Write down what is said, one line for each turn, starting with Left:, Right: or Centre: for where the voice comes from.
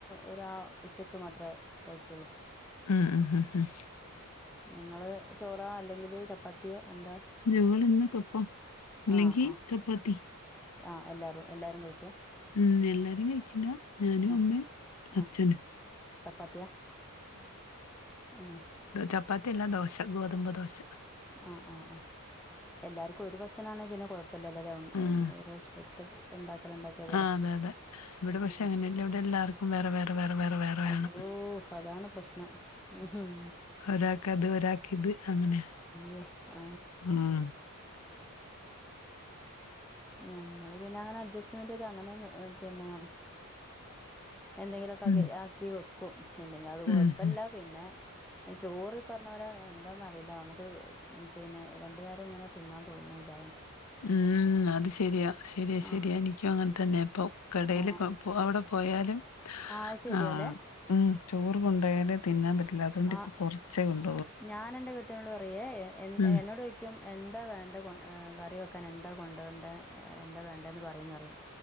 Centre: ഒരാ ഉച്ചക്ക് മാത്രേ കഴിക്കുള്ളൂ
Left: ഉം ഉം ഹു ഹും
Centre: നിങ്ങള് ചോറൊ അല്ലെങ്കില് ചപ്പാത്തിയോ എന്താ
Left: ഞങ്ങള് ഇന്ന് കപ്പ അല്ലെങ്കി
Centre: ആ ആ
Left: ചപ്പാത്തി
Centre: ആ എല്ലാവാരും എല്ലാരും കഴിക്കോ
Left: ഉം എല്ലാരും കഴിക്കില്ല ഞാനും
Centre: ആ
Left: അമ്മേം അഛനും
Centre: ആ ചപ്പാത്തിയാ ആ
Left: ത ചപ്പത്തി അല്ലാ ദോശ ഗോതമ്പ് ദോശ
Centre: ആ ആ ആ എല്ലാർക്കും ഒരു ഭക്ഷണാണെ പിന്നെ കൊഴ പ്പല്ല ലേ ഒ ഒ
Left: ആ
Centre: ഒറാശ്യ ഒറ്റ ഉണ്ടാക്കല് ഉണ്ടാക്കിയാ പോരെ
Left: ആഹ് അതെ അതെ ഇവിടെ പക്ഷെ
Centre: ആഹ്
Left: അങ്ങനെയല്ല ഇവിടെ എല്ലാവർക്കും വേറെ വേറെ വേറെ വേറെ വേറെ വേണം
Centre: അയ്യോ അതാണ് പ്രശ്നം ഉ ഹും
Left: ഒരാക്കത് ഒരാക്കിത് അങ്ങനെ
Centre: ആ
Left: ഉം
Centre: ഞങ്ങള് പിന്നങ്ങനെ അഡ്ജസ്റ്റ്മെൻറ് ചെയ്തു അങ്ങനെ പിന്നെ എന്തെങ്കിലൊക്കെ ആക്കി
Left: ഉം
Centre: ആക്കി വെക്കും ഇല്ലെങ്കി അത് കൊഴപ്പില്ല
Left: ഉം ഉം
Centre: പിന്നെ ചോറി പറഞ്ഞ പോലെ എന്താന്ന് അറിയില്ല നമ്മുക്ക് പിന്നെ രണ്ടു നേരം ഇങ്ങനെ തിന്നാൻ തോന്നൂല്ല
Left: ഉം അത് ശെരിയാ ശെരിയാ
Centre: ആഹ്
Left: ശെരിയാ എനിക്കും അങ്ങനെ തന്നാ ഇപ്പോ കടെല്
Centre: ആഹ്
Left: പ്പോ അവടെ പോയാലും
Centre: ആഹ് ശരിയാല്ലേ
Left: ആ ഉം ചോറ് കൊണ്ടായാലേ തിന്നാൻ പറ്റില്ല അതുകൊണ്ട്
Centre: ആഹ്
Left: ഇപ്പൊ കൊറച്ചെ കൊണ്ട്
Centre: ഞാൻ എന്റെ കെട്ട്യോനോട് പറയേ
Left: ഉം
Centre: എന്നോടൊയ്ക്കും എന്താ വേണ്ടേ കൊ കറിവെക് ക്കാൻ എന്താ കൊണ്ടരണ്ടെ എന്താ വേണ്ടേന്ന് പറയ്ന്ന് പറയും